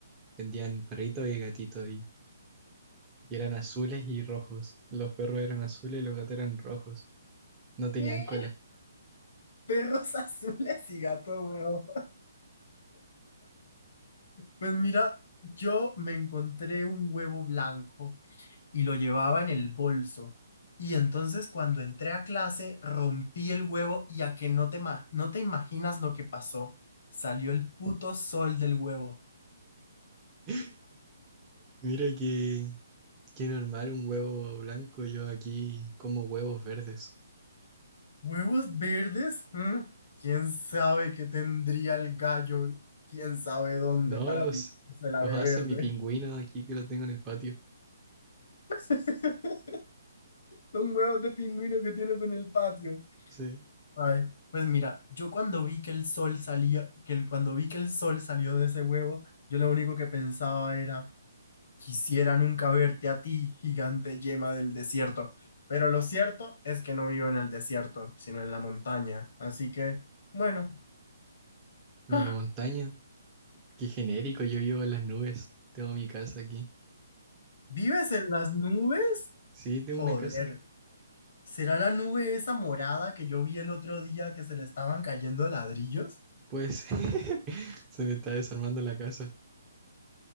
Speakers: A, on the right (about 20°); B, on the left (about 55°).
A: Vendían perritos y gatitos y, y eran azules y rojos. Los perros eran azules y los gatos eran rojos. No tenían
B: ¿Qué?
A: cola.
B: Perros <laughs> azules y gatos rojos. Pues mira, yo me encontré un huevo blanco y lo llevaba en el bolso. Y entonces cuando entré a clase rompí el huevo y a que no te, ma- no te imaginas lo que pasó. Salió el puto sol del huevo.
A: <laughs> Mira que, qué normal un huevo blanco. Yo aquí como huevos verdes.
B: ¿Huevos verdes? ¿Mm? ¿Quién sabe qué tendría el gallo? ¿Quién sabe dónde
A: No,
B: para
A: los,
B: pintársela
A: los
B: de
A: hace
B: verde?
A: mi pingüino aquí que lo tengo en el patio.
B: <laughs> Son huevos de pingüino que tienes en el patio.
A: Sí.
B: Ay, pues mira, yo cuando vi que el sol salía, que el- cuando vi que el sol salió de ese huevo, yo lo único que pensaba era, Quisiera nunca verte a ti, gigante yema del desierto. Pero lo cierto es que no vivo en el desierto, sino en la montaña. Así que, bueno,
A: En
B: ah,
A: la montaña. Qué genérico, yo vivo en las nubes. Tengo mi casa aquí.
B: ¿vives en las nubes?
A: Sí, tengo
B: Joder,
A: una casa
B: ¿será la nube esa morada que yo vi el otro día que se le estaban cayendo ladrillos?
A: Pues <laughs> se me está desarmando la casa.